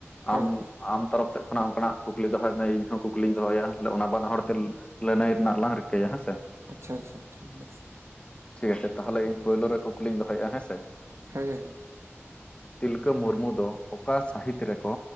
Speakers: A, on the left; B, on the right.
A: ᱟᱢ
B: ᱦᱳᱭ ᱦᱳᱭ
A: ᱟᱢ ᱛᱚᱨᱚᱯ ᱥᱮᱫ ᱠᱷᱚᱱᱟᱜ ᱚᱱᱠᱟᱱᱟᱜ ᱠᱩᱠᱞᱤ ᱫᱚᱦᱚᱭ ᱢᱮ ᱤᱧ ᱦᱚᱸ ᱠᱩᱠᱞᱤᱧ ᱫᱚᱦᱚᱭᱟ ᱚᱱᱟ ᱵᱟᱱᱟ ᱦᱚᱲ ᱛᱮ ᱞᱟᱹᱱᱟᱹᱭ ᱨᱮᱱᱟᱜ ᱞᱟᱝ ᱨᱤᱠᱟᱹᱭᱟ ᱦᱮᱸ ᱥᱮ
B: ᱟᱪᱪᱷᱟ ᱟᱪᱪᱷᱟ ᱴᱷᱤᱠ ᱜᱮᱭᱟ
A: ᱴᱷᱤᱠ ᱟᱪᱷᱮ ᱛᱟᱦᱮᱞᱮ ᱤᱧ ᱯᱳᱭᱞᱳ ᱨᱮ ᱠᱩᱠᱞᱤᱧ ᱫᱚᱦᱚᱭᱮᱜ-ᱟ ᱦᱮᱸ ᱥᱮ
B: ᱦᱚᱭᱮ
A: ᱛᱤᱞᱠᱟᱹ ᱢᱩᱨᱢᱩ ᱫᱚ ᱚᱠᱟ ᱥᱟᱹᱦᱤᱛ ᱨᱮᱠᱚ